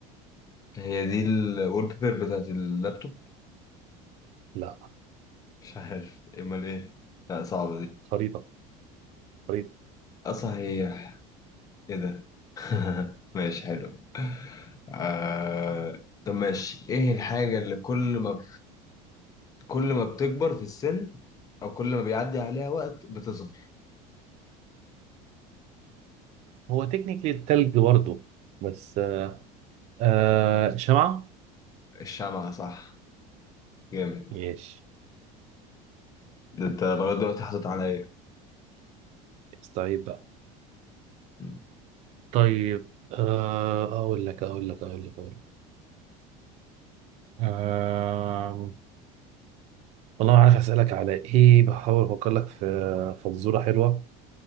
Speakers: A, on the left (about 20°); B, on the right (about 40°).
A: هي دي الوول بيبر بتاعت اللابتوب
B: لا
A: مش عارف امال ايه لا صعبة دي
B: خريطة خريطة
A: اصلا هي ايه ده ماشي حلو آه طب ماشي ايه الحاجة اللي كل ما كل ما بتكبر في السن او كل ما بيعدي عليها وقت بتظهر
B: هو تكنيكلي التلج برضه بس آه آه شمعة
A: الشمعة صح جامد
B: ماشي
A: ده انت لغاية دلوقتي حاطط عليا
B: طيب بقى
A: مم.
B: طيب آه اقول لك اقول لك اقول لك اقول لك آه، والله ما عارف اسالك على ايه بحاول افكر لك في فزوره حلوه